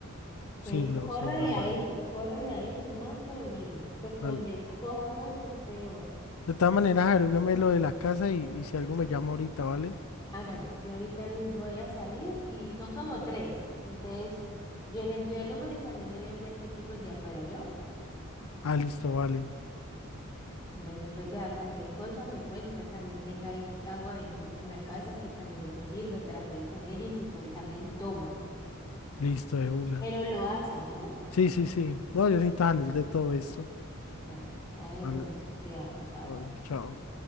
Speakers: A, on the left (about 70°); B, on the left (about 20°).
A: Sí,
B: Entonces,
A: no,
B: córrele
A: sí, es verdad.
B: a eso, córrele a eso y más por el niño, porque
A: Vale.
B: donde eso coja fuerza es peor.
A: De todas maneras, averígüeme lo de la casa y, y si algo me llama ahorita, ¿vale?
B: Hágale, yo ahorita les voy a salir y son como tres. Entonces, yo le envío el número y también le voy a enviar foticos de afuera, ¿yo?
A: Ah, listo, vale.
B: Bueno, pues vea, cualquier cosa me cuenta, también tenga ahí agua bendita en la casa, que también eso sirve, trapee con ella y si puede también toma.
A: Listo, de una.
B: Pero lo hace, ¿no?
A: Sí, sí, sí. No, yo necesito salir de todo esto.
B: Bueno, hágale
A: Vale,
B: pues mucho cuidado, chao.
A: bueno, chao.